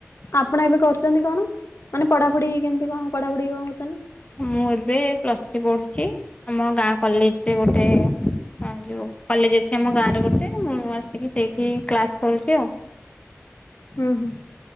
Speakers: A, on the left (about 65°); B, on the left (about 25°).
A: ଆପଣ ଏବେ କରୁଛନ୍ତି କଣ, ମାନେ ପଢାପଢି କେମିତି କଣ ପଢାପଢି କଣ କରୁଛନ୍ତି।
B: ମୁଁ ଏବେ ପ୍ଲସ୍ ଥ୍ରୀ ପଢୁଛି, ଆମ ଗାଁ କଲେଜରେ ଗୋଟେ ହଁ ଯୋଉ କଲେଜ ଅଛି ଆମ ଗାଁ ରେ ଗୋଟେ, ମୁଁ ଆସିକି ସେଇଠି କ୍ଲାସ କରୁଛି ଆଉ।
A: ହୁଁ ହୁଁ,